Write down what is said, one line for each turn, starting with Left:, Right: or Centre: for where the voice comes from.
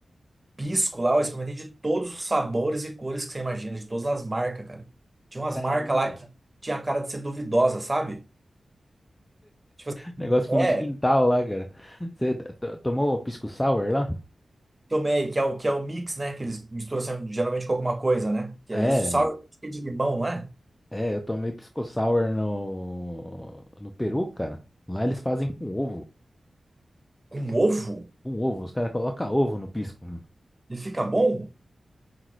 Right: pisco lá, eu experimentei de todos os sabores e cores que você imagina, de todas as marcas, cara. Tinha umas
Left: Caramba.
Right: marcas lá que tinha a cara de ser duvidosa, sabe? Tipo assim,
Left: Negócio fundo
Right: é,
Left: de quintal lá, cara. Você t- t- tomou pisco sour lá?
Right: tomei, que é o, que é o mix, né? Que eles misturam assim, geralmente com alguma coisa, né? Que
Left: É,
Right: é esse o sour que é de limão, não é?
Left: é, eu tomei pisco sour no, no Peru, cara. Lá eles fazem com ovo.
Right: Com ovo?
Left: Com ovo, os caras colocam ovo no pisco.
Right: Ele fica bom?